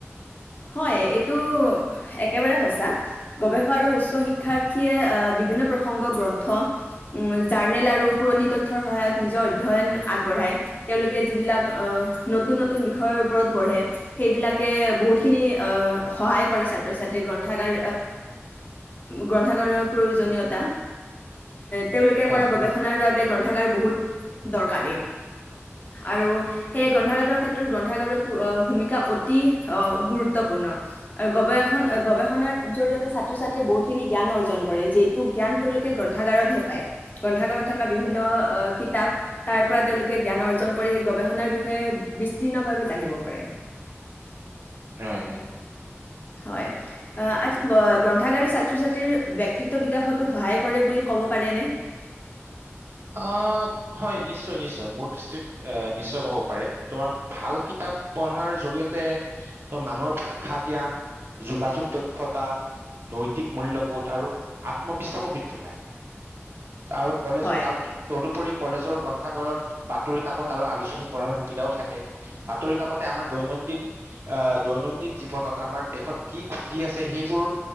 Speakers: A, on the left (about 40°); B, on the right (about 55°).
A: হয়, এইটো এক একেবাৰে সঁচা গৱেষকা আৰু উচ্চ শিক্ষাৰ্থীয়ে বিভিন্ন প্ৰসংগ গ্ৰন্থ জাৰ্নেল আৰু পুৰণি তথ্যৰ সহায়ত নিজৰ অধ্যয়ন আগবঢ়াই তেওঁলোকে যিবিলাক নতুন নতুন বিষয়ৰ ওপৰত পঢ়ে সেইবিলাক কে বহুতখিনি সহায় কৰে ছাত্ৰ ছাত্ৰীক গ্ৰন্থাগাৰ গ্ৰন্থাগাৰ প্ৰয়োজনীয়তা তেওঁলোকে
B: হয়
A: কৰা গৱেষণাৰ বাবে গ্ৰন্থাগাৰ বহুত দৰকাৰী আৰু সেয়ে গ্ৰন্থাগাৰৰ ক্ষেত্ৰত গ্ৰন্থাগাৰৰ ভূমিকা অতি গুৰুত্বপূৰ্ণ আৰু গৱেষণ গৱেষণাৰ জৰিয়তে ছাত্ৰ ছাত্ৰীয়ে বহুতখিনি জ্ঞান অৰ্জন কৰে যিটো জ্ঞান তেওঁলোকে গ্ৰন্থাগাৰতহে পায়। গ্ৰন্থাগাৰত থকা বিভিন্ন কিতাপ তাৰ পৰা তেওঁলোকে জ্ঞান অৰ্জন কৰি সেই গৱেষণাৰ বিষয়ে বিস্তীৰ্ণ ভাৱে জানিব পাৰে
B: হয় হয়
A: হয় আচ্ছা গ্ৰন্থ গ্ৰন্থাগাৰ ছাত্ৰ ছাত্ৰীৰ ব্যক্তিত্ব বিকাশতো সহায় কৰে বুলি ক'ব পাৰেনে?
B: আহ হয় নিশ্চয় নিশ্চয় মোৰ দৃষ্টিত আহ নিশ্চয় ক'ব পাৰে তোমাৰ ভাল কিতাপ পঢ়াৰ জৰিয়তে মানুহৰ ভাষা জ্ঞান, যোগাযোগ, দক্ষতা, নৈতিক, মূল্যবোধ আৰু আত্মবিশ্বাসো বৃদ্ধি পায়। আৰু কলেজত
A: হয়
B: তাৰ ততোপৰি কলেজৰ গ্ৰন্থাগাৰত বাতৰি কাকত আৰু আলোচনী পঢ়াৰ সুবিধাও থাকে বাতৰি কাকতে আমাৰ দৈনন্দিন আহ দৈনন্দিন জীৱনত আমাৰ দেশত কি ঘতি আছে সেইবোৰ